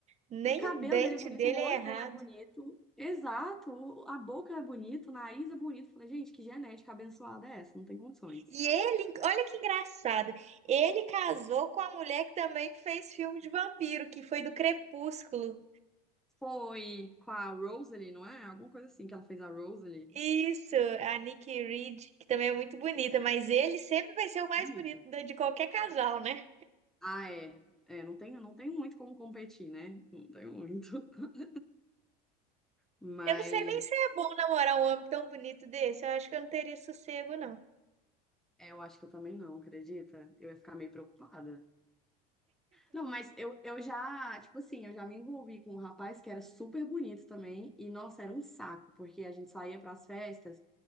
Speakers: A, on the right (about 35°); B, in the centre.
A: Nem
B: O cabelo
A: o dente
B: dele é bonito,
A: dele
B: o olho
A: é errado.
B: dele é bonito. Exato, o- a boca é bonita, o nariz é bonito. Falei, gente, que genética abençoada é essa? Não tem condições.
A: E ele, olha que engraçado, ele casou com a mulher que também fez filme de vampiro, que foi do Crepúsculo.
B: Foi com a Rosalie, não é? Alguma coisa assim que ela fez a Rosalie.
A: Isso, a Nikki Reed, que também é muito bonita, mas ele sempre vai ser o mais
B: Bonito.
A: bonito da- de qualquer casal, né?
B: Ah, é. É, não tenho, não tenho muito como competir, né? Não tenho muito. <laughs> Mas
A: Eu não sei nem se é bom namorar um homem tão bonito desse, eu acho que eu não teria sossego, não.
B: é, eu acho que eu também não, acredita? Eu ia ficar meio preocupada. Não, mas eu, eu já, tipo assim, eu já me envolvi com um rapaz que era super bonito também. E, nossa, era um saco, porque a gente saía para as festas,